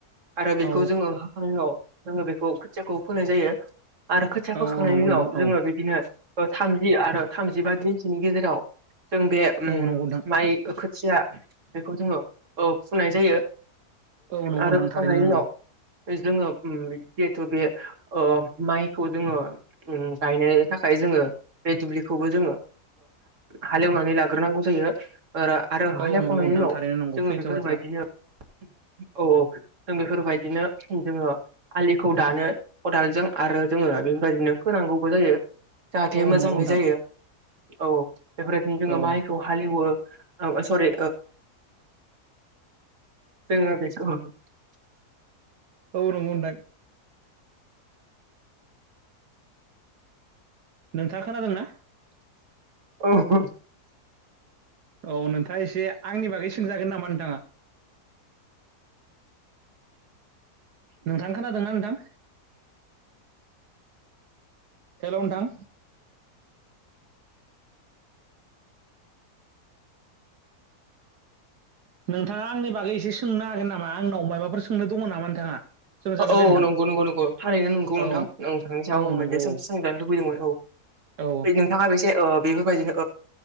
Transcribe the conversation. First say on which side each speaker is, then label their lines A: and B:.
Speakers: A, on the right; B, on the right.
A: आरो बेखौ
B: औ
A: जोङो हाखांनायनि उनाव जोङो बेखौ खोथियाखौ फोनाय जायो। आरो खोथिया
B: औ
A: फोखांनायनि
B: नंगौ
A: उनाव
B: नोंथां औ
A: जोङो बिदिनो थामजि आरो थामजिबा दिनसोनि गेजेराव जों बे ओम
B: औ नंगौ नोंथां
A: माइ खोथिया बेखौ जोङो ओ फुनाय जायो
B: औ नंगौ
A: आरो
B: नोंथां
A: फुखांनायनि
B: थारैनो नंगौ
A: उनाव जोङो जिहेथु बे ओ माइखौ जोङो गायनो थाखाय जो ङो बे दुब्लिखौबो जोङो हालेवनानै लाग्रोनांगौ जायो। आरो
B: औ
A: हाल एवखांनायनि
B: नंगौ नोंथां
A: उनाव
B: थारैनो नंगौ
A: जोङो
B: सैथो
A: बेफोरबायदिनो
B: बाथ्रा
A: औ औ जों बेफोरबायदिनो जोङो आलिखौ दानो खदालजों आरो जोङो बेबायदिनो फोनांगौबो जायो। जाहाथे
B: औ
A: मोजाङै
B: नंगौ नोंथां
A: जायो औ बेफोरदिनो जोङो
B: औ
A: माइखौ
B: औ
A: हाल एवो औ सरि जोङो बे अ
B: औ नंगौ नोंथां नोंथाङा खोनादोंना?
A: औ औ
B: औ नोंथाङा एसे आंनि बागै सोंजागोन नामा नोंथाङा? नोंथां खोनादोंना नोंथां? हेल' नोंथां नोंथाङा आंनि बागै एसे सोंनो हागोन नामा आंनाव माबाफोर सोंनो दङ नामा नोंथाङा सोंजागोन
A: औ
B: दे नोंथां
A: नंगौ नंगौ नंगौ थारैनो नंगौ
B: औ
A: नोंथां आं नोंथांनि सायाव
B: औ
A: आं मोनसे
B: नंगौ
A: सोंथि क्षंनो लुबैदोंमोन औ ओ
B: औ
A: नोंथाङा बेसे बेफोरबायदिनो